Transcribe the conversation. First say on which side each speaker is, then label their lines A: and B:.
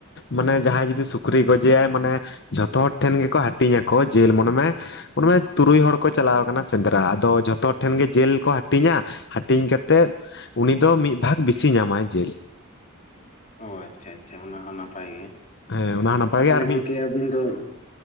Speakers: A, on the left; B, on the left.
A: ᱢᱟᱱᱮ ᱡᱟᱦᱟᱸᱭ ᱡᱩᱫᱤ ᱥᱩᱠᱨᱤ ᱜᱚᱡᱮᱟᱭ ᱢᱟᱱᱮ ᱡᱷᱚᱛᱚ ᱦᱚᱲ ᱴᱷᱮᱱ ᱜᱮᱠᱚ ᱦᱟᱹᱴᱤᱧ ᱟᱠᱚ ᱡᱮᱞ ᱢᱚᱱᱮ ᱢᱮ ᱢᱚᱱᱮᱢᱮ ᱛᱩᱨᱩᱭ ᱦᱚᱲ ᱠᱚ ᱪᱟᱞᱟᱣ ᱠᱟᱱᱟ ᱥᱮᱸᱫᱽᱨᱟ ᱟᱫᱚ ᱡᱷᱚᱛᱚ ᱴᱷᱮᱱ ᱜᱮ ᱡᱮᱞ ᱠᱚ ᱦᱟᱹᱴᱤᱧᱟ ᱦᱟᱹᱴᱤᱧ ᱠᱟᱛᱜ ᱩᱱᱤ ᱫᱚ ᱢᱤᱫ ᱵᱷᱟᱜᱽ ᱵᱤᱥᱤ ᱧᱟᱢᱟᱭ ᱡᱤᱞ
B: ᱚ ᱟᱪᱪᱷᱟ ᱟᱪᱪᱷᱟ ᱚᱱᱟ ᱦᱚᱸ ᱱᱟᱯᱟᱭ ᱜᱮ
A: ᱦᱮᱸ ᱚᱱᱟ ᱦᱚᱸ ᱱᱟᱯᱟᱭ
B: ᱟᱨ ᱛᱟᱦᱚᱞᱮ
A: ᱜᱮ
B: ᱜᱚᱢᱠᱮ
A: ᱢᱤᱫ
B: ᱟᱹᱵᱤᱱ ᱫᱚ